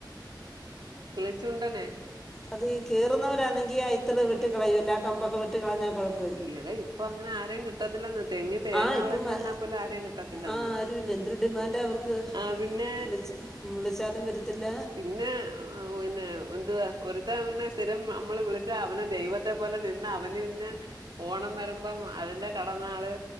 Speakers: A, on the right (about 65°); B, in the centre.
A: കിളിച്ചുണ്ടനെ
B: അത് ഈ കേറുന്നവരാണെങ്കി ആഹ് ഇത്തിള് വെട്ട കളയും ഇല്ല കമ്പൊക്കെ വെട്ട കളഞ്ഞാൽ കുഴപ്പ
A: ഇടെ ഇപ്പൊ അങ്ങനെ ആരെയും കി കിട്ടത്തില്ലെന്ന് തെങ്ങി തേങ്ങ
B: ആ ഇപ്പം
A: വെളഞ്ഞു
B: ആ
A: നിന്നാ പോലും ആരേയും കിട്ടത്തില്ലെന്ന്.
B: ആ, ആരുമില്ല എന്തൊരു ഡിമാൻഡാണ് അവർക്ക്
A: ആഹ് പിന്നെ
B: വിളിച്ച വിളിച്ചാലും വരത്തില്ല
A: പിന്നെ പിന്നെ എന്തുവാ ഒരു ഇ പിന്നെ സ്ഥിരം നമ്മള് വിളിച്ചാ അവന് ദൈവത്തെ പോലെ നിന്ന അവന് പിന്നെ ഓണം വരുമ്പം അതിന്റെ കടന്നാള്